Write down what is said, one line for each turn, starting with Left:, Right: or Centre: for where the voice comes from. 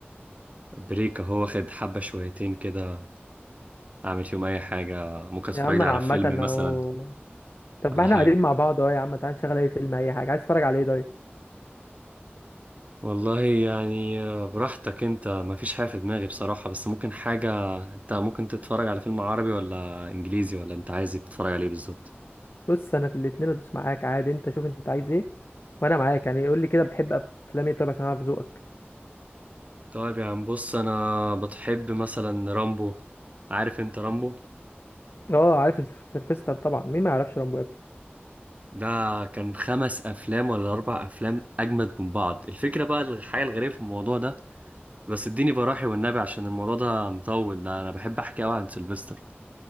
Right: بريك هو واخد حبة شويتين كده اعمل فيهم اي حاجه ممكن اتفرج
Left: يا عم
Right: لي
Left: انا
Right: على
Left: عامه
Right: فيلم مثلا
Left: اهو طب
Right: ولا
Left: ما احنا
Right: حاجه
Left: قاعدين مع بعض اهو يا عم تعال نشغل اي فيلم اي حاجه عايز تتفرج على ايه طيب
Right: والله يعني آه، براحتك انت ما فيش حاجه في دماغي بصراحه بس ممكن حاجه انت ممكن تتفرج على فيلم عربي ولا انجليزي ولا انت عايز تتفرج عليه بالظبط
Left: بص انا في الاتنين ادوس معاك عادي انت شوف انت عايز ايه وانا معاك يعني قول لي كده بتحب افلام ايه طب عشان اعرف ذوقك
Right: طيب يا عم بص انا بتحب مثلا رامبو عارف انت رامبو
Left: اه عارف سيلفستر طبعا مين ما يعرفش رامبو
Right: ده كان خمس افلام ولا اربع افلام اجمد من بعض الفكره بقى الحاجه الغريبه في الموضوع ده بس اديني براحي والنبي عشان الموضوع ده مطول ده انا بحب احكي قوي عن سيلفستر